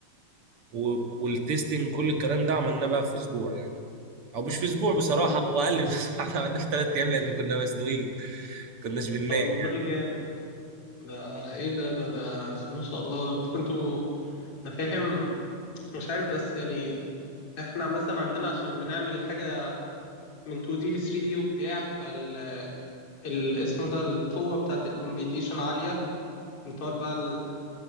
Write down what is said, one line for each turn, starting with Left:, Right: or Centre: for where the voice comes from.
Right: و- والتستنج كل الكلام ده عملناه بقى في اسبوع يعني او مش في اسبوع بصراحه
Left: طب والله
Right: هو اقل من اسبوع <laughs> احنا عملناه في ثلاث ايام لان كنا مزنوقين كناش بننام
Left: طب والله
Right: يعني
Left: جامد ده ايه ده ده ده بس ما شاء الله ده انتوا كنتوا انا فاهم مش عارف بس يعني احنا مثلا عندنا عشان بنعمل حاجة من 2D ل 3D وبتاع فال ال- اسمه ده القوة بتاعة الكمبيوتيشن عالية بتقعد بقى ال...